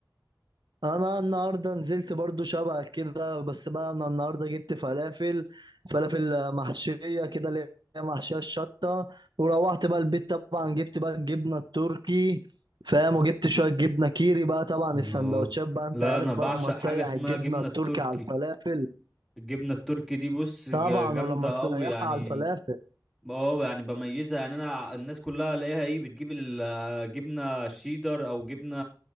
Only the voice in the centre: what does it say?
اه
لا
انا
بعشق
حاجه اسمها
جبنه
التركي
الجبنه التركي دي بص ج-
جامده
قوي
يعني
اه يعني بميزها يعني انا الناس كلها الاقيها ايه بتجيب الجبنه شيدر او جبنه